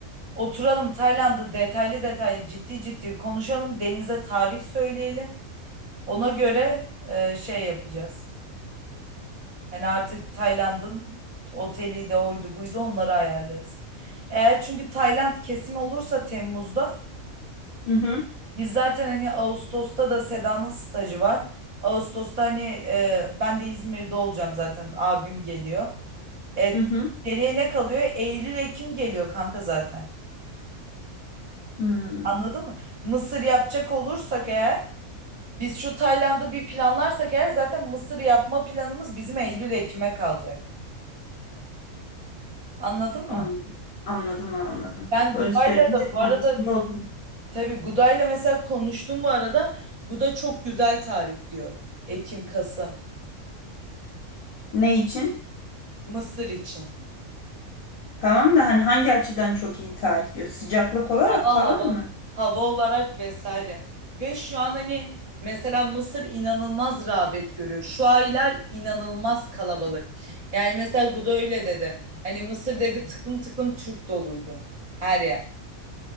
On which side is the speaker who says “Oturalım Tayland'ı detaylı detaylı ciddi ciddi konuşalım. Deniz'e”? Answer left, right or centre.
Right